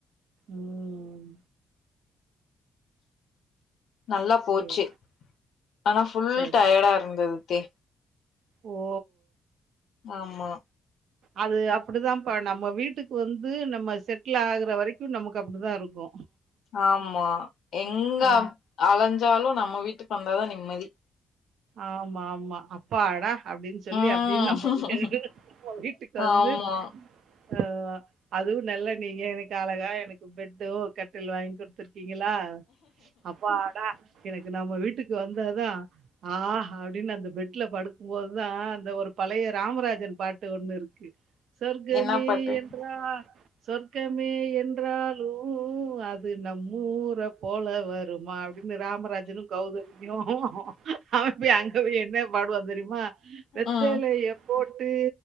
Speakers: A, on the right (about 75°); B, on the left (about 70°).
A: உம்
B: நல்லா போச்சு
A: சரி
B: ஆனா ஃபுல்
A: சரி
B: டயர்டா இருந்தது த்தி
A: ஓ <inaudible>
B: ஆமா
A: அது அப்படி தாம்பா நம்ம வீட்டுக்கு வந்து நம்ம செட்ல் ஆகுற வரைக்கு நமக்கு அப்டி தா இருக்கு
B: ஆமா எங்க
A: ஆ
B: வ அலைஞ்சாலு நம்ம வீட்டுக்கு வந்தாதா நிம்மதி
A: ஆமா ஆமா அப்பாடா அப்டின் சொல்லி
B: ம்
A: அப்படின் நம்ம வீட்டுக்கு நம்ப வீட்டுக்கு வந்து
B: ஆமா
A: ஆ அதுவு நல்ல நீங்க எனக்கு அழகா எனக்கு பெட்டு கட்டில் வாங்கி கொடுத்துருக் க்கீங்களா அப்பாடா எனக்கு நம்ம வீட்டுக்கு வந்தாதா ஆஹ அப்டின்னு அந்த பெட்ல படுக்கும்போதுதா அந்த ஒரு பழைய ராமராஜர் பாட்டு ஒண்ணு இருக்கு சொர்கமே
B: என்னா பாட்டு
A: என்றா சொர்க்கமே என்றாலு அது நம்ஊர போல வருமா அப்படின்னு ராமராஜனு கௌதமியு அவன் போய் அங்க போய் என்ன பாடுவா தெரியுமா வெத்தலைய
B: ம்
A: போட் டு